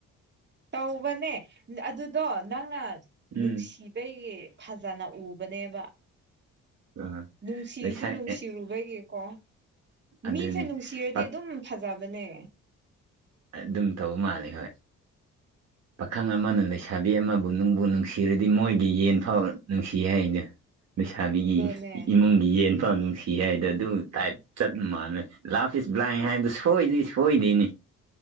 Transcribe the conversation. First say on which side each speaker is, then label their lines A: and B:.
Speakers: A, on the right (about 35°); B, on the right (about 60°).
A: ꯇꯧꯕꯅꯦ ꯑꯗꯨꯗꯣ ꯅꯪꯅ
B: ꯎꯝ
A: ꯅꯨꯡꯁꯤ ꯑꯩꯩ ꯐꯖꯅ ꯎꯕꯅꯦꯕ
B: ꯑ
A: ꯅꯨꯡꯁꯤꯁꯨ
B: ꯂꯩꯁꯥ
A: ꯅꯨꯡꯁꯤꯔꯨꯕꯒꯤꯀꯣ
B: ꯑꯦ ꯑꯗꯨꯅꯤ
A: ꯃꯤꯁꯦ ꯅꯨꯡꯁꯤꯔꯗꯤ
B: ꯄꯛ
A: ꯑꯗꯨꯝ ꯐꯖꯕꯅꯦ꯫
B: ꯑꯗꯨꯝ ꯇꯧꯕ ꯃꯥꯜꯜꯂꯤ ꯍꯣꯏ ꯄꯥꯈꯪ ꯑꯃꯅ ꯂꯩꯁꯥꯕꯤ ꯑꯃꯕꯨ ꯅꯨꯡꯕꯨ ꯅꯨꯡꯁꯤꯔꯗꯤ ꯃꯣꯏꯒꯤ ꯌꯦꯟ ꯐꯥꯎ ꯅꯨꯡꯁꯤ ꯍꯥꯏ ꯍꯥꯏꯗꯨ ꯂꯩꯁꯥꯕꯤꯒꯤ
A: ꯑꯗꯨꯅꯦ
B: ꯏꯃꯨꯡꯒꯤ ꯌꯦꯟ ꯅꯨꯡꯁꯤ ꯍꯥꯏꯗꯣ ꯑꯗꯨ ꯇꯥꯏꯞ ꯆꯠ ꯃꯥꯜꯂꯦ ꯂꯥꯐ ꯏꯁ ꯕ꯭ꯂꯥꯏꯟ ꯍꯥꯏꯕꯗ ꯁꯣꯏꯗꯣꯏ ꯁꯣꯏꯗꯣꯏꯅꯤ꯫